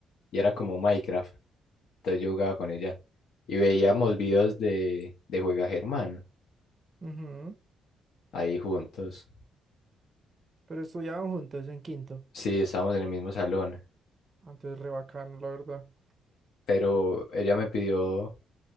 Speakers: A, on the left (about 75°); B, on the right (about 35°).
A: y era como Minecraft. Entonces yo jugaba con ella y veíamos videos de, de Juega Germán
B: Ujú.
A: ahí juntos.
B: Pero estudiaban juntos en quinto.
A: Sí, estábamos en el mismo salón.
B: Antes re bacano, la verdad. O
A: pero ella me pidió